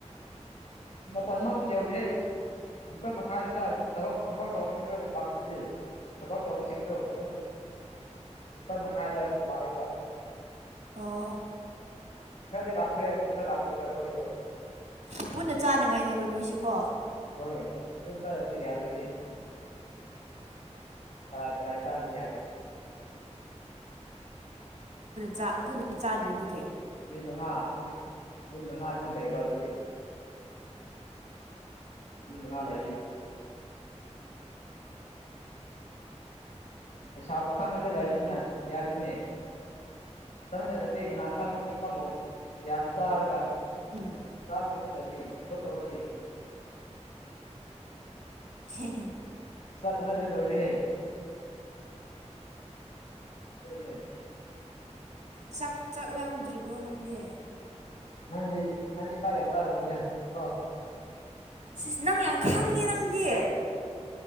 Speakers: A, on the left; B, on the right.
A: ꯃꯥꯄꯜꯃꯛꯇꯤ ꯌꯧꯗꯦ ꯂꯄꯥ ꯃꯈꯥꯏꯗ ꯁꯥꯏ ꯊꯕ ꯊꯕꯛ ꯇꯧꯕꯁꯤꯡꯗ ꯂꯥꯛꯇ꯭ꯔꯤꯌꯦ ꯊꯕꯛ ꯇꯧꯕꯁꯤꯡꯗꯣ ꯄꯨꯡ ꯂꯄꯥꯜ ꯃꯈꯥꯏꯗ ꯂꯥꯛꯑꯦꯕ
B: ꯑꯣ
A: ꯈꯔꯗꯤ ꯂꯥꯛꯈ꯭ꯔꯦ ꯑꯗꯨ ꯈꯔ ꯂꯥꯛꯇ꯭ꯔꯦ ꯑꯩꯈꯣꯏꯗꯣ
B: ꯑꯣ ꯄꯨꯟꯅ ꯆꯥꯅꯉꯥꯏꯅꯦꯕ ꯅꯣꯏꯁꯤꯀꯣ
A: ꯍꯣꯏ ꯍ ꯐꯔꯦ ꯑꯗꯨ ꯌꯥꯔ ꯍ ꯏ ꯇꯔꯥꯏ ꯏꯁꯥ ꯑꯗꯨ ꯌꯥꯗꯅꯤ
B: ꯁ ꯄꯨꯟꯅ ꯆꯥꯗ꯭ꯔꯗꯤ ꯀꯩ
A: ꯃꯤ ꯃꯉꯥ ꯃꯤ ꯃꯤ ꯃꯉꯥꯅꯤꯅꯝ ꯂꯩꯕ ꯑꯗꯨꯗꯤ ꯎꯉꯂ ꯑꯁꯥ ꯄꯈꯥ ꯉꯥꯛꯇ ꯂꯩꯔꯕꯅꯤꯅ ꯌꯥꯗꯣꯏꯅꯦ ꯆꯠꯃꯤꯟꯅꯗꯗꯤ ꯀꯅꯥ ꯈꯪꯕ ꯃꯤ ꯑꯃꯕꯨꯥꯎ ꯌꯥꯝ ꯆꯥꯔꯒ
B: ꯎꯝ
A: ꯁꯥ ꯀꯦꯇ ꯀꯖꯤ ꯁꯣ ꯇ ꯍꯧꯖꯤ
B: ꯍꯦ ꯍꯦ
A: ꯆ ꯀꯅ ꯂꯣꯏꯔꯤꯦꯍꯦ ꯑꯗꯨ
B: ꯆꯥꯛ ꯆꯥꯛ ꯌꯥꯝꯗ꯭ꯔꯤꯕ꯭ꯔꯣ ꯅꯪꯗꯤ
A: ꯅꯪꯗꯤ ꯅꯪꯗꯤ ꯀꯥꯏ ꯌꯥꯝ ꯀꯥꯔꯝꯃꯣꯗ ꯀꯣ
B: ꯁꯤꯁ ꯅꯪ ꯌꯥꯝ ꯈꯪꯉꯦ ꯅꯪꯗꯤ